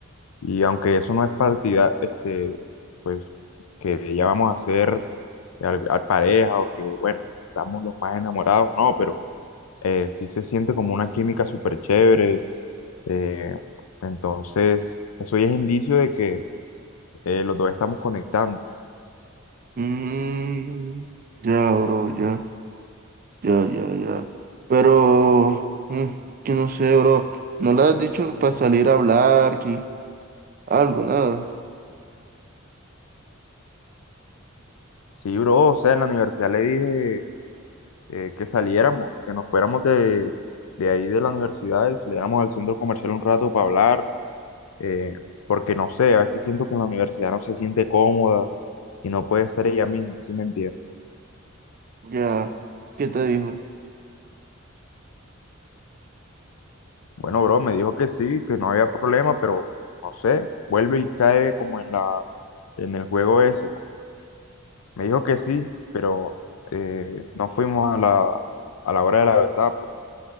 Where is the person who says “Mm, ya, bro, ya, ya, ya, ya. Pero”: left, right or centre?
Right